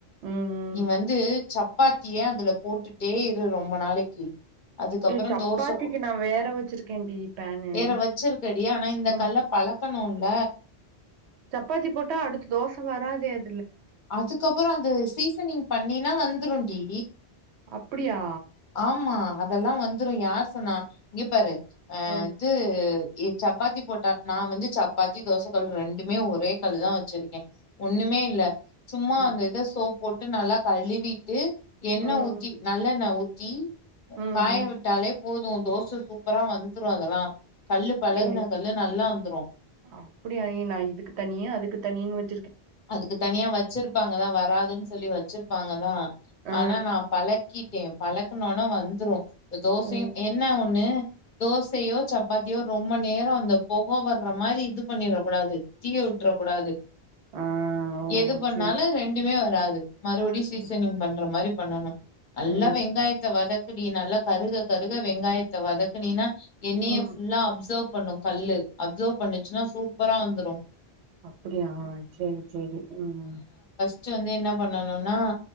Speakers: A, on the right; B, on the left.
A: ம் ம்
B: நீ வந்து சப்பாத்திய அதுல போட்டுட்டே இரு ரொம்ப நாளைக்கு அதுக்கப்புறோ
A: ஏ சப்பாத்திக்கு
B: தோச
A: நா வேற வச்சிருக்கேன்டி பேனு
B: வேற வச்சிருக்கடி ஆனா இந்த
A: ம்
B: கல்ல பழக்கணுல்ல
A: சப்பாத்தி போட்டா அடுத்து தோச வராதே அ
B: அதுக்கப்பறோ அது சீசனிங் பண்ணேனா வந்துருடி
A: அப்புடியா
B: ஆமா அதெல்லா வந்துரு யார் சொன்னா இங்க பாரு அ
A: ம்
B: இது சப்பாத்தி போட்டா நா வந்து சப்பாத்தி தோச கல் ரெண்டுமே ஒரே கல்லுதா வச்சிருக்கே ஒன்னுமே இல்ல சும்மா
A: அப்
B: அந்த இது சோப் போட்டு நல்லா கழுவிட்டு எண்ண
A: ம்
B: ஊத்தி
A: ம்
B: நல்லெண்ண ஊத்தி ஜின்
A: ம்
B: காய
A: ம்
B: விட்டாலே போது தோச சூப்பரா வந்துரு அதெல்லா கல்லு பழகுன
A: ஏ
B: கல்லு நல்லா வந்துரு
A: அப்டியா நா இதுக்கு தனியா அதுக்கு த நீங்க வச்
B: அதுக்கு தனியா வச்சிருப்பாங்கதான் வராதுன் சொல்லி வச்சுரு பாங்க தா
A: ஆ
B: ஆனா நா பழக்கிட்டேன் பழக்கனோன வந் வந்துரும் தோசையு
A: ஆ
B: என்ன ஒண்ணு தோசையோ சப்பாத்தியோ ரொம்ப நேரம் அந்த பொக வர்ற மாரி இது பண்ணிற கூடாது தீயவுட்டுற கூடாது
A: ஆ ஓ
B: எது பண்ணாலும்
A: சேரி
B: ரெண்டுமே வராது மறுவுடியும்
A: சே
B: சீசனிங் பண்ற மாரி பண்ணணு நல்லா
A: ஓ
B: வெங்காயத்த வதக் கு நீ நல்லா கருக கருக வெங்காயத்த வதக்குனினா எண்ணெய
A: ம்
B: ஃபுல்லா அப்சவ்ப் பண்ணும் கல்லு அப்சவ் பண்ணிச்சுனா சூப்பரா வந்துரும்
A: அப் அப்டியா செரி செரி ம்
B: ட் வந்து என்ன பண்ணனுன்னா